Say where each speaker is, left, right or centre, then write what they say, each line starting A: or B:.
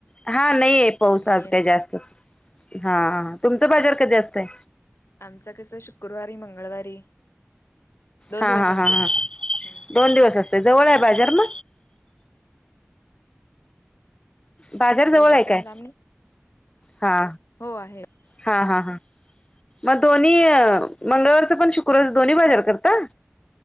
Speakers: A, on the left (about 25°); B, on the left (about 85°).
A: हा, नाहीय पाऊस
B: बाकी
A: आज
B: आणि
A: काय जास्त. तस, हा आ, तुमचं बाजार कधी असतंय?
B: आमचं कसं शुक्कुरवारी, मंगळवारी. दोन
A: हा
B: दिवस
A: हा
B: असतोय.
A: हा हा,
B: हम्म.
A: दोन दिवस असतंय जवळंय बाजार
B: हम्म
A: म? बाजार जवळंय
B: काही जास्त
A: काय?
B: लांब नाही
A: हा.
B: हो आहे
A: हा हा हा, म दोन्ही? मंगळवारचं पण शुक्रवार दोन्ही बाजार करता?